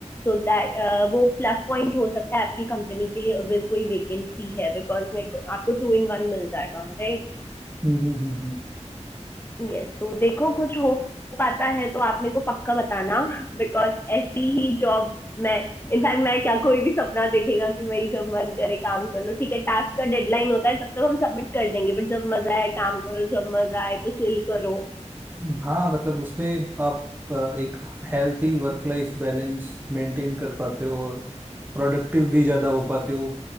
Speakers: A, on the left; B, on the right.
A: So that वो प्लस पॉइंट हो सकता है आपकी कंपनी के लिए अगर कोई वेकेंसी है बिकॉज मेरे को आपको टू इन वन मिल जाएगा राइट
B: हम्म हम्म हम्म
A: यस तो देखो कुछ हो पाता है तो आप मेरे को पक्का बताना बिकॉज ऐसी ही जॉब मैं इनफैक्ट मैं क्या कोई भी सपना देखेगा कि मेरी जब मन करे काम कर लो ठीक है टास्क का डेडलाइन होता है तब तक हम सबमिट कर देंगे बट जब मजा आए काम करो जब मजा आए तो चिल करो
B: हम्म। हाँ मतलब उसमें आप अ, एक healthy work life balance maintain कर पाते हो और प्रोडक्टिव भी ज्यादा हो पाते हो